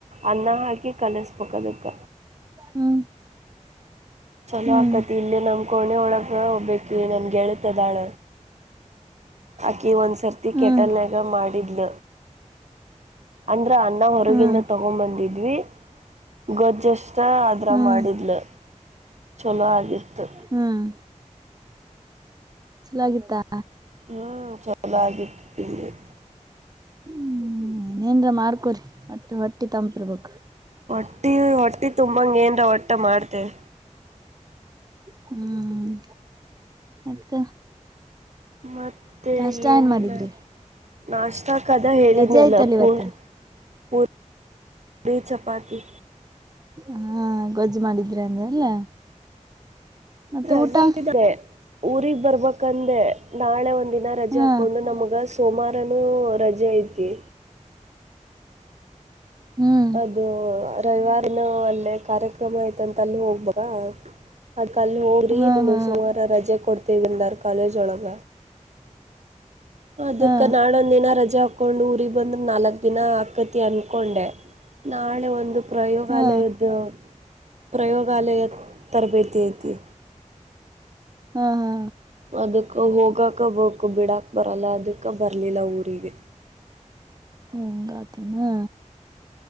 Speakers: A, on the right; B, on the right.
A: ಅನ್ನ ಹಾಕಿ ಕಲಿಸ್ಬೇಕ್ ಅದಕ್ಕ
B: ಹ್ಮ್
A: ಚಲೋ
B: ಹ್ಮ್
A: ಆಕತಿ ಇಲ್ಲೆ ನಮ್ ಕೋಣೆ ಒಳಗ ಒಬ್ಬಕಿ ನನ್ನ ಗೆಳತಿದಾಳ ಆಕಿ ಒಂದ್ಸರ್ತಿ
B: ಹ್ಮ್
A: ಕೆಟಲ್ನ್ಯಾಗ ಮಾಡಿದ್ಲ ಅಂದ್ರ ಅನ್ನ ಹೊರಗಿಂದ
B: ಹ್ಮ್
A: ತಗೊಂಬಂದಿದ್ವಿ ಗೊಜ್ಜು ಜಷ್ಟ ಅದ್ರಾಗ
B: ಹ್ಮ್
A: ಮಾಡಿದ್ಲ ಚಲೋ ಆಗಿತ್ತು
B: ಹ್ಮ್ ಚಲೋ ಆಗಿತ್ತಾ
A: ಹ್ಞ ಚಲೋ ಆಗಿತ್ತ ತಿಂದವಿ
B: ಹ್ಮ್ ಏನ್ರ ಮಾಡ್ಕೊರಿ ಹೊಟ್ಟಿ ಹೊಟ್ಟಿ ತಂಪಿರ್ಬೇಕ್
A: ಹೊಟ್ಟಿ ಹೊಟ್ಟಿ ತುಂಬಂಗ ಏನ್ರ ಒಟ್ಟ ಮಾಡ್ತೇವೆ
B: ಹ್ಮ್ ಹ್ಮ್ ಮತ್ತ
A: ಮತ್ತೆ
B: ನಾಷ್ಟ
A: ಏನಿಲ್ಲ
B: ಏನ್ ಮಾಡಿದ್ರಿ
A: ನಾಷ್ಟಾಕದ ಹೇಳಿದನಲ್ಲ
B: ರಜೆ ಆಯ್ತಲ್ಲ
A: ಪೂ
B: ಇವತ್ತ
A: ಪೂರಿ ಪೂರಿ ಚಪಾತಿ
B: ಹಾ ಗೊಜ್ಜ ಮಾಡಿದ್ರೆ ಅಂದ್ರಲ್ಲ ಮತ್ತ
A: ರಜೆ
B: ಊಟ
A: ಐತೆ ಊರಿಗ್ ಬರಬೇಕಂದೆ ನಾಳೆ ಒಂದ ದಿನ ರಜೆ
B: ಹಾ
A: ಹಾಕೊಂಡು ನಮ್ಗ ಸೋಮಾರನು ರಜೆ ಐತಿ
B: ಹ್ಮ್
A: ಇದು ರವಿವಾರನು ಅಲ್ಲೇ ಕಾರ್ಯಕ್ರಮ ಆಯ್ತಂತ ಅಲ್ಲಿ ಹೋಗಬೇಕ್ ಅದಕಲ್ಲ ಹೋಗ್ರಿ
B: ಹಾ
A: ನಿಮಗ
B: ಹಾ
A: ಸೋಮಾರ ರಜೆ ಕೊಡ್ತೀವಿ ಅಂದರ್ ಕಾಲೇಜ್ ಒಳಗ ಅದಕ್ಕ
B: ಹಾ
A: ನಾಳ ಒಂದ ದಿನ ರಜೆ ಹಾಕೊಂಡು ಊರಿಗ ಬಂದ್ರ ನಾಲ್ಕ್ ದಿನ ಆಕತಿ ಅನ್ಕೊಂಡೆ ನಾಳೆ ಒಂದು ಪ್ರಯೋಗಾಲಯದ್ದ
B: ಹಾ
A: ಪ್ರಯೋಗಾಲಯದ ತರಬೇತಿ ಐತಿ
B: ಹಾ ಹಾ
A: ಅದಕ್ಕ ಹೋಗಾಕ ಬೇಕ ಬಿಡಕ ಬರಲ್ಲ ಅದಕ್ಕ ಬರಲಿಲ್ಲ ಊರಿಗೆ
B: ಹಂಗಾತೆನ